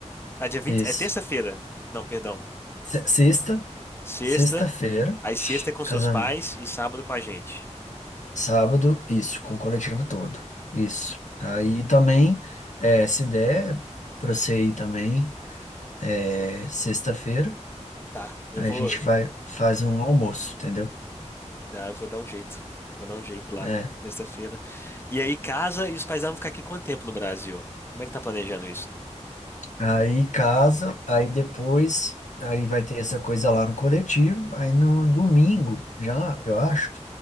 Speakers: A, on the left; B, on the left.
A: Ah, dia 20
B: isso.
A: é terça-feira. Não, perdão.
B: Se- Sexta,
A: Sexta.
B: sexta-feira,
A: Aí sexta é com
B: casamento.
A: seus pais e sábado com a gente.
B: Sábado, isso, com o coletivo todo. Isso. Aí também, é, se der pra você ir também, é, sexta-feira,
A: Tá, eu
B: aí
A: vou,
B: a gente vai, faz um almoço, entendeu?
A: ah, eu vou dar um jeito. Eu vou dar um jeito lá,
B: É,
A: sexta-feira. E aí casa e os pais vão ficar aqui quanto tempo no Brasil? Como é que tá planejando isso?
B: Aí casa, aí depois, aí vai ter essa coisa lá no coletivo. Aí no domingo, já, eu acho,